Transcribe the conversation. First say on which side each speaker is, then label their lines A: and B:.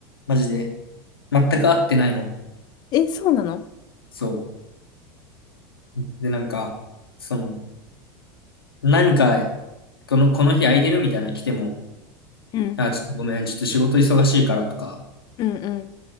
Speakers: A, on the left (about 75°); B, on the left (about 35°).
A: マジで、全く会ってないの。
B: え、そうなの
A: そう。で、なんか、その、何か、この、この日空いてるみたいなの来ても、
B: うん、
A: あ、ちょっとごめん、ちょっと仕事忙しいからとか、
B: うん、うん、